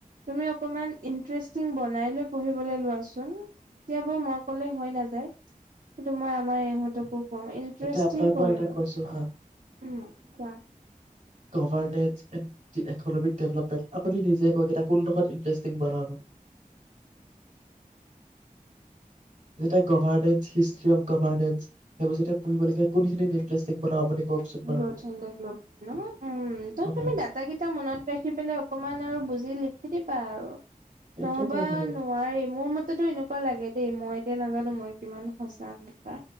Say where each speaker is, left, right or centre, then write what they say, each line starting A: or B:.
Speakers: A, on the right; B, on the right.
A: তুমি অকমান ই বনাই লৈ পঢ়িবলৈ লোৱাচোন এতিয়াাবাৰ মই কলে হৈ নাযায় সেইটো মই আমাৰ ইহঁতক ক ইণ্টাৰেষ্টিং
B: এতিয়া আপোনাক
A: কৰিলো
B: মই এটা কৈছো হা
A: উম কোৱা
B: ভভপেট আপুনি নিে ককেই কোনডোখৰতং বনাব যেতিয়া গভাৰনেেণ্ট হিষ্ট্ৰ অফ গভাৰনেন্স সেইবোৰ যেতিয়া পঢ়িব লাগে কোনখিনিত ইণ্টাৰেষ্টিং বনাও আপুনি কওকচোন বাৰু
A: ন
B: মোক
A: উম ত
B: অ
A: তুমি দাতাকেইটা মনত ৰাখি পেলাই অকনমান আৰু বুজি লি সেতি পাই আৰু
B: সেইটোৱে
A: নহবা
B: কৰিব লাগিব
A: নোৱাৰি মোৰ মতেতো এনেকুৱা লাগে দেই মই নাজানো মই কিমান সচা এা